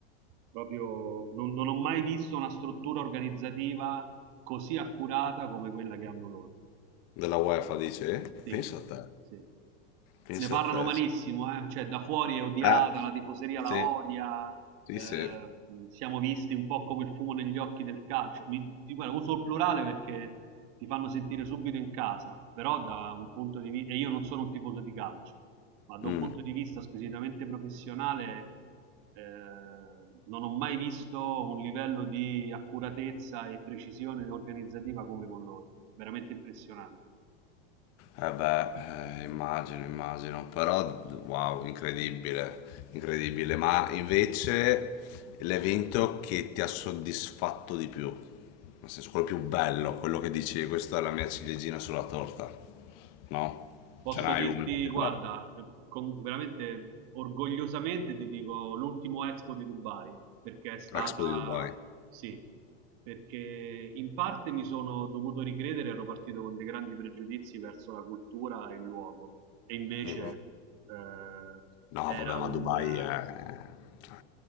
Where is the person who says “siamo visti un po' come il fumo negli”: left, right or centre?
Right